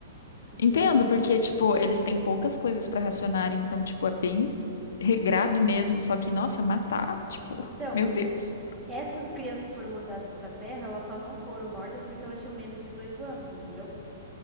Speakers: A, on the right; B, on the left.
A: E
B: Entendo,
A: doi-
B: porque, tipo, eles têm poucas coisas pra racionar, então, tipo, é bem regrado mesmo. Só que, nossa, matar, tipo, <laughs>
A: Então,
B: meu Deus.
A: Essas crianças que foram mandadas pra Terra, elas só não foram mortas porque elas tinham menos de 18 anos, entendeu?